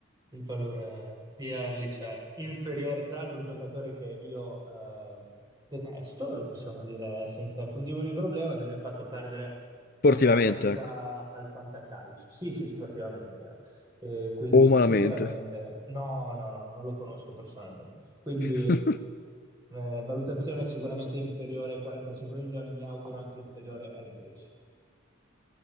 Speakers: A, on the right (about 20°); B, on the left (about 45°).
A: il valore di Erlich è inferiore. Tra l'altro, un giocatore che io eh, detesto, lo possiamo dire senza alcun tipo di problema, che mi ha fatto perdere più
B: sportivamente,
A: di una partita
B: ecco,
A: al fantacalcio. Sì, sì, sportivamente, chiaro. Eh, quindi
B: o umanamente.
A: sicuramente no, no, no, non lo conosco personalmente. Quindi
B: <laughs>
A: eh, valutazione sicuramente inferiore ai 45 milioni, mi auguro anche inferiore ai 10.